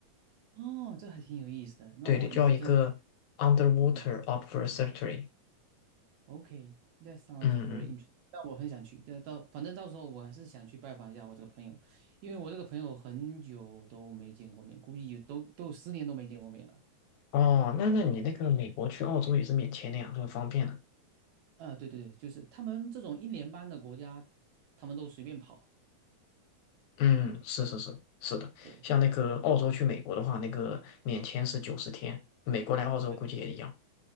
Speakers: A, on the right (about 75°); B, on the left (about 80°).
A: 哦，这还挺有意思的。那我以后真，
B: 对的叫一个 underwater
A: 嗯。
B: observatory，
A: OK，that sounds
B: 嗯嗯。
A: very interesting。但我很想去，但到反正到时候我还是想去拜访一下我这个朋友，因为我这个朋友很久都没见过面，估计有都都有十年都没见过面了。
B: 哦，那那你那个美国去澳洲也是免签的呀，这么方便呢。
A: 啊，对对对，就是他们这种一年邦的国家，他们都随便跑。
B: 嗯，是是是是的，
A: 对
B: 像那个澳洲去美国的话，那个免签是九十天，美国来澳洲估计也一样。
A: 对